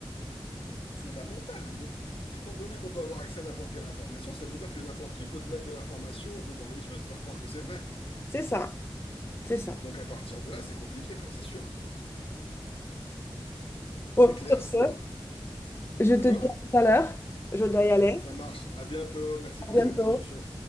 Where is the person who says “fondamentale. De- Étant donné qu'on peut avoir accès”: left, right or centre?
Left